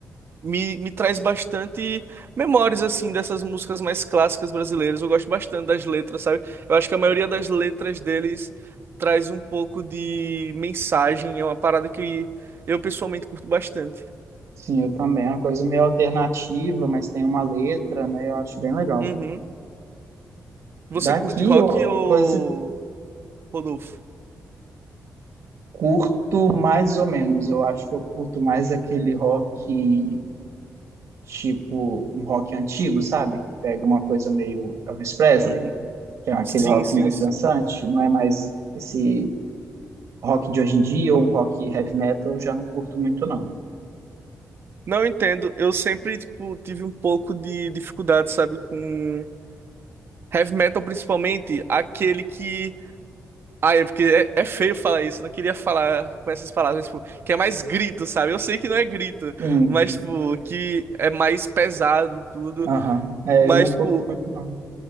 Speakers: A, on the right (about 45°); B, on the right (about 65°).
A: me, me traz bastante memórias, assim, dessas músicas mais clássicas brasileiras. Eu gosto bastante das letras, sabe? Eu acho que a maioria das letras deles traz um pouco de mensagem, é uma parada que eu pessoalmente curto bastante.
B: Sim, eu também. É uma coisa meio alternativa, mas tem uma letra, né? Eu acho bem legal.
A: Uhum. Você
B: Daqui
A: curte rock
B: eu
A: ou
B: a coisa
A: Rodolfo?
B: curto mais ou menos. Eu acho que eu curto mais aquele rock, tipo um rock antigo, sabe? Que pega uma coisa meio Elvis Presley,
A: Uhum.
B: que é aquele
A: Sim,
B: rock
A: sim,
B: mais
A: sim.
B: dançante, não é mais esse rock de hoje em dia ou um rock heavy metal, eu já não curto muito, não.
A: Não eu entendo. Eu sempre, tipo, tive um pouco de dificuldade, sabe, com heavy metal, principalmente aquele que. Ah, é porque é, é feio falar isso, não queria falar com essas palavras, tipo, que é mais grito, sabe? Eu sei que não é grito,
B: Sim,
A: mas, tipo, que é mais pesado tudo.
B: aham. É,
A: Mas,
B: eu não curto
A: tipo,
B: muito, não.